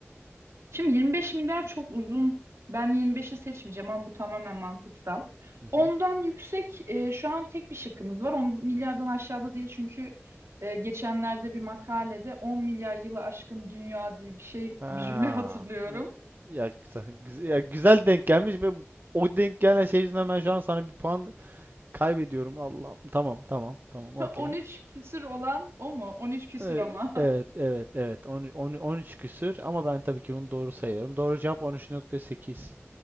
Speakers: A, on the right; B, on the right.
A: Şimdi 25 milyar çok uzun. Ben 25'i seçmeyeceğim ama bu tamamen mantıksal.
B: Hı hı.
A: Ondan yüksek e, şu an tek bir şıkkımız var. 10 milyardan aşağıda değil çünkü e, geçenlerde bir makalede 10 milyar yılı aşkın dünya diye bir şey
B: Ha.
A: bir cümle <laughs> hatırlıyorum.
B: e, Ya, güzel, ya güzel denk gelmiş ve o denk gelen şey yüzünden ben şu an sana bir puan kaybediyorum. Allah. Tamam, tamam, tamam. Okey.
A: 13 küsür olan o mu? 13 küsür
B: Ee,
A: ama.
B: Evet, evet, evet. On- on- 13 küsür ama ben tabii ki bunu doğru sayıyorum. Doğru cevap 13.8.